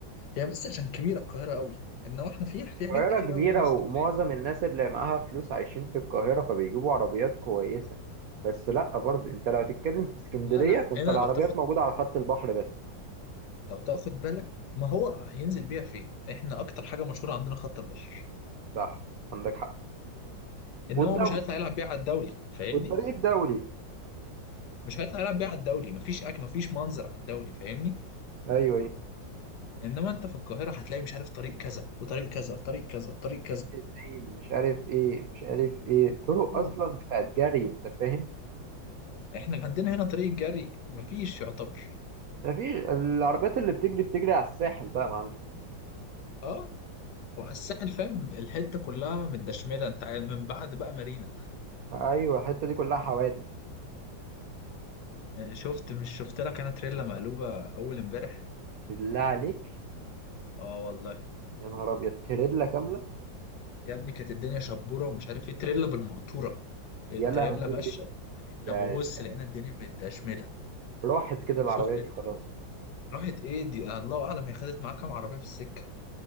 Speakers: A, on the left; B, on the right.
A: هي بس عشان كبيره القاهره قوي انما احنا في في حاجات
B: القاهرة
A: كتير
B: كبيرة
A: قوي هنا في
B: ومعظم
A: اسكندريه
B: الناس اللي معاها فلوس عايشين في القاهرة فبيجيبوا عربيات كويسة بس لا برضه انت لو تتكلم في اسكندرية
A: لا لا
B: فانت
A: هنا
B: العربيات
A: لو تاخد
B: موجودة على خط البحر بس
A: لو تاخد بالك ما هو هينزل بيها فين احنا اكتر حاجه مشهوره عندنا خط البحر
B: صح عندك حق
A: انما
B: والدولي
A: هو مش هيطلع يلعب بيها على الدوري فاهمني
B: والطريق الدولي
A: مش هيطلع يلعب بيها على الدوري مفيش اكل مفيش منظر على الدوري فاهمني
B: ايوه أيوة.
A: انما انت في القاهره هتلاقي مش عارف طريق كذا وطريق كذا وطريق كذا وطريق
B: الزين مش عارف ايه مش عارف ايه طرق
A: كذا
B: اصلا بتاعت جري انت فاهم
A: احنا عندنا هنا طريق جري مفيش يعتبر
B: مفيش العربيات اللي بتجري بتجري على الساحل بقى يا معلم
A: اه وعلى الساحل فاهم الحته كلها متدشمله انت عارف من بعد بقى مارينا
B: ايوه الحته دي كلها حوادث
A: يعني شفت مش شفت لك انا تريلا مقلوبه اول امبارح
B: بالله عليك
A: اه والله
B: يا نهار ابيض تريلا كامله
A: يا ابني كانت الدنيا شبوره ومش عارف ايه تريلا بالمقطوره التريلا
B: يا لهوي
A: ماشيه احنا
B: ده-
A: ببص
B: ده
A: لقينا الدنيا متدشمله
B: راحت كده العربيه
A: شفت
B: دي
A: انت؟
B: خلاص
A: راحت ايه دي الله اعلم هي خدت معاها كام عربيه في السكه